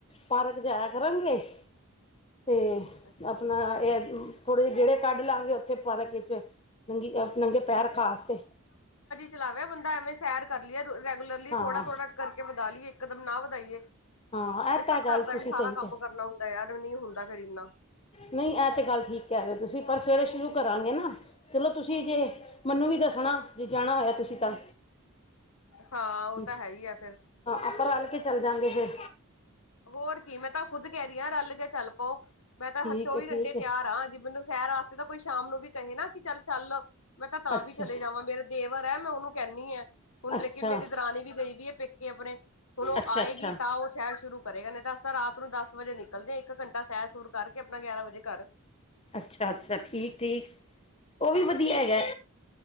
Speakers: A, on the left; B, on the left.
A: ਪਾਰਕ ਜਾਇਆ ਕਰਾਂਗੇ ਤੇ,
B: ਅੱਛਾ
A: ਆਪਨਾ ਇਹ ਥੋੜੇ ਜਹੇ ਗੇੜੇ ਚਲ ਲਾਂਗੇ ਉੱਥੇ ਪਤਾ ਕਿ ਨੰਗੀ ਨੰਗੇ ਪੈਰ ਘਾਸ ਤੇ
B: ਚਲਾਵਿਆ ਬੰਦਾ ਐਵੇਂ, ਸੈਰ ਕਰ ਲਈਏ ਰੈਗੂਲਰਲੀ
A: ਹਾਂ
B: ਥੋੜਾ-ਥੋੜਾ ਕਰਕੇ ਵਧਾ ਲਈਏ, ਇੱਕਦਮ ਨਾ ਵਧਾਈਏ
A: ਹਾਂ ਇਹ
B: ਤੇ ਘਰ
A: ਤਾਂ ਗੱਲ
B: ਦਾ
A: ਤੁਸੀਂ
B: ਵੀ ਸਾਰਾ
A: ਸਹੀ ਕਹਿ
B: ਕੰਮ ਕਰਨਾ ਹੁੰਦਾ ਯਾਰ ਨਹੀਂ ਹੁੰਦਾ ਫੇਰ ਇੰਨਾ
A: ਨਹੀਂ ਐ ਤੇ, ਗੱਲ ਠੀਕ ਕਹਿ ਰਹੇ ਓ ਤੁਸੀ, ਪਰ ਸਵੇਰੇ ਸ਼ੁਰੂ ਕਰਾਂਗੇ ਨਾ ਚਲੋ ਤੁਸੀਂ ਜੇ ਮੰਨੂ ਵੀ ਦੱਸਣਾ ਜੇ ਜਾਣਾ ਹੋਇਆ ਤੁਸੀਂ ਤਾਂ
B: ਹਾਂ ਉਹ
A: ਹਾਂ,
B: ਤਾਂ ਹੈ ਹੀ ਆ ਫੇਰ
A: ਆਪਾਂ ਰੱਲਕੇ ਚੱਲ ਜਾਂਗੇ ਫੇਰ।
B: ਹੋਰ ਕੀ, ''ਮੈਂ ਤਾਂ ਖੁੱਦ ਕਹਿ ਰਹੀ ਹਾਂ ਰਲਕੇ ਚੱਲ ਪੋ ''ਮੈਂ ਤਾਂ
A: ਠੀਕ
B: ਹਰ ਚੌਵੀ-ਘੰਟੇ
A: ਹੈ ਠੀਕ
B: ਤਿਆਰ
A: ਹੈ
B: ਹਾਂ, ਜੇ, ਮੈਨੂੰ ਸੈਰ ਵਾਸਤੇ ਤਾਂ, ਕੋਈ ਸ਼ਾਮ ਨੂੰ ਵੀ ਕਹੇ ਨਾ ਕਿ, ਚੱਲ-ਚੱਲ ''ਮੈਂ ਤਾਂ, ਤਾਂ
A: ਅੱਛਾ
B: ਵੀ ਚਲੇ ਜਾਵਾਂ ਮੇਰਾ ਦੇਵਰ ਹੈ, ਮੈਂ ਉਹਨੂੰ ਕਹਿੰਦੀ ਹ ਹੁਣ
A: ਅੱਛਾ
B: ਲੇਕਿਨ ਮੇਰੀ ਦਰਾਣੀ ਵੀ ਗਈ ਵੀ ਹੈ ਪੇਕੇ ਆਪਣੇ ਕੋਲੋਂ
A: ਅੱਛਾ
B: ਆਏਗੀ
A: ਅੱਛਾ
B: ਤਾਂ ਉਹ ਸੈਰ ਸ਼ੁਰੂ ਕਰੇਗਾ ਨੇ ਤਾਂ ਅਸੀ ਤਾਂ, ਰਾਤ ਨੂੰ ਦੱਸ ਵਜੇ ਨਿਕਲਦੇ ਆ, ਇੱਕ ਘੰਟਾ ਸੈਰ- ਸੁਰ ਕਰਕੇ ਆਪਣਾ ਗਿਆਰਾਂ ਵਜੇ ਘਰ।
A: ਅੱਛਾ-ਅੱਛਾ, ਠੀਕ-ਠੀਕ ਉਹ ਵੀ
B: ਹੋਰ
A: ਵਧੀਆ ਹੈਗਾ।